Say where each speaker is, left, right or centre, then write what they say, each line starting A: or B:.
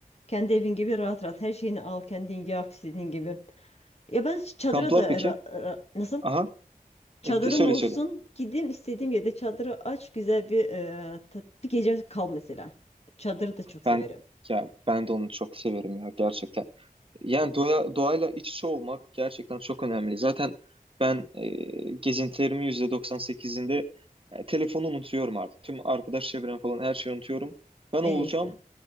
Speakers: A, on the left (about 45°); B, on the right (about 35°).
A: Kendi evin gibi rahat rahat. Her şeyini al kendin yap istediğin gibi. Ya ben çadıra
B: Kamplar
A: da
B: peki?
A: ra- ra- nasıl?
B: Aha.
A: Çadırım
B: E, de- söyle
A: olsun.
B: söyle.
A: Gideyim istediğim yerde çadırı aç. Güzel bir, e, tat- bir gece kal mesela. Çadırı da çok
B: Ben
A: severim.
B: ya ben de onu çok severim ya gerçekten. Yani doğa, doğayla iç içe olmak gerçekten çok önemli. Zaten ben e, gezintilerimin %98'inde e, telefonu unutuyorum artık. Tüm arkadaş çevrem falan her şeyi unutuyorum. Ben
A: En
B: olacağım
A: iyisi.